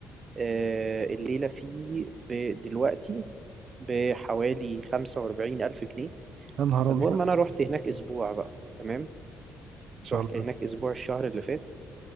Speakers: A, on the right; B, on the right.
A: آه الليلة فيه ب- دلوقتي بحوالي خمسة وأربعين ألف جنيه
B: يا نهار
A: فالمهم
B: ابيض ان
A: أنا رحت هناك أسبوع بقى تمام
B: شاء
A: رحت
B: الله
A: هناك أسبوع الشهر اللي فات